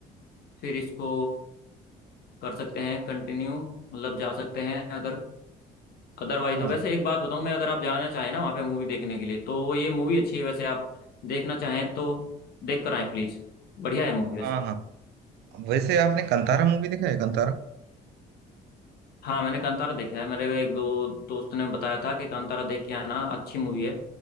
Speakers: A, on the left; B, on the right.
A: फिर इसको कर सकते हैं कंटिन्यू मतलब जा सकते हैं अगर अदरवाइज
B: हाँ हाँ
A: तो वैसे एक बात बताऊं मैं अगर आप जाना चाहें ना वहाँ पे मूवी देखने के लिए तो ये मूवी अच्छी है वैसे आप देखना चाहें तो देख कर आए प्लीज बढ़िया है मूवी वैसे
B: हाँ हाँ वैसे आपने कंतारा मूवी देखा है कंतारा
A: हाँ मैंने कांतारा देखा है मेरे एक दो दोस्त ने बताया था कि कांतारा देख के आना अच्छी मूवी है